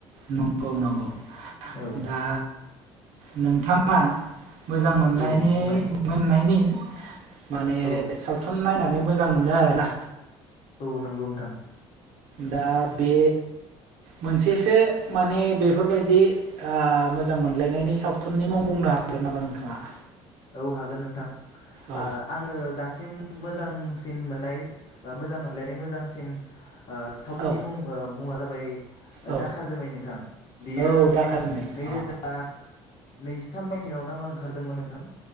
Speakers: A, on the right; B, on the left.
A: नंगौ नंगौ।
B: औ
A: दा नोंथाङा मोजां मोननायनि
B: औ बुंनाय
A: मोननायनि माने
B: औ
A: सावथुन नायनानै मो जां मोनो आरो ना।
B: औ नंगौ नोंथां।
A: दा बे मोनसेसो माने बेफोरबायदि आ मोजां मोनलायनायनि सावथुननि मुं बुंनो हागोन नामा नोंथाङा
B: औ हागोन नोंथां।
A: औ
B: आ आङो दासिम मोजांसिन मोननाय ओ मोजां मोनलायनाय मोजांसिन ओ सावथुननि
A: औ
B: मुं ओ मुङा जाबाय ओ
A: औ
B: दाखा जोमै नोंथां। बियो
A: औ दाखा जोमै
B: नैरोजा
A: अ
B: नैजिथाम मायथाइयाव ना मा ओंखारदोंमोन नोंथां।